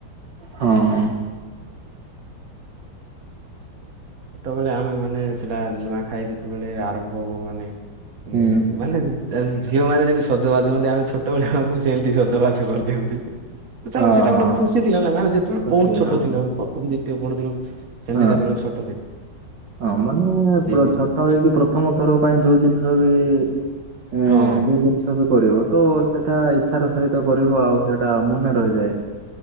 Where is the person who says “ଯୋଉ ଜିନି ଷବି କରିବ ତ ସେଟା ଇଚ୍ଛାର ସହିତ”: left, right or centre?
Right